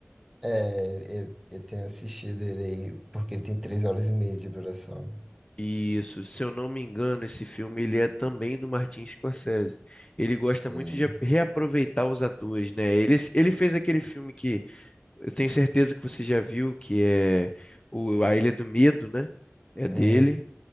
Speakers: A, in the centre; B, on the left.
A: É, eu, eu tenho assistido ele aí, porque ele tem três horas e meia de duração.
B: Isso, se eu não me engano, esse filme ele é também do Martin Scorsese. Ele gosta
A: Sim.
B: muito de ap- reaproveitar os atores, né? Ele, ele fez aquele filme que eu tenho certeza que você já viu, que é o A Ilha do Medo, né? É
A: Hum,
B: dele.